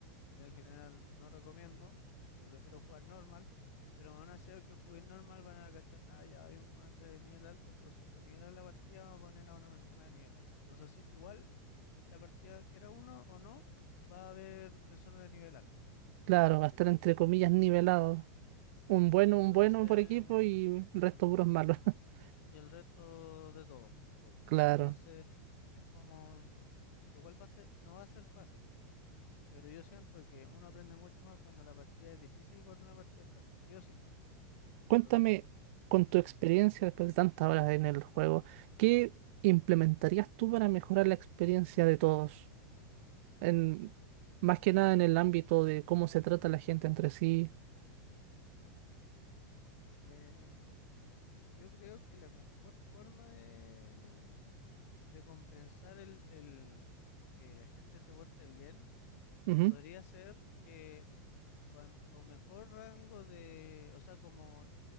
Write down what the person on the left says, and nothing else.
yo en general no recomiendo, yo prefiero jugar normal, pero aún así aunque jueguen normal van a cachar, ah, ya hay un guante de nivel alto, entonces para nivelar la partida vamos a poner a una persona de nivel alto. Entonces sí, igual la partida, que era uno o no, va a haber personas de nivel alto,
¿cachai?
Entonces...
y el resto de todo, un poco.
Entonces, es como, igual va a ser, no va a ser fácil, pero yo siento que uno aprende mucho más cuando la partida es difícil que cuando una partida es fácil, sí o sí,
totalmente.
Eh, yo creo que la mejor forma de, de compensar el, el que la gente se porte bien
podría ser que cuanto mejor rango de, o sea, como